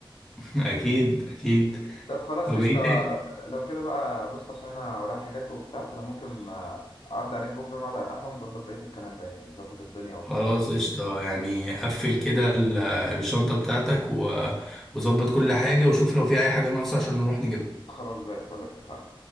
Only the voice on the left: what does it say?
طب خلاص
قشطة
لا- لو كده بقى بص عشان انا ورايا حاجات وبتاع فانا ممكن آه، اعدي عليك بكرة نقعد على القهوة نظبط بقية الكلام ده يعني نظبط الدنيا وبتاع
والحاجات دي
خلاص زي الفل اتفقنا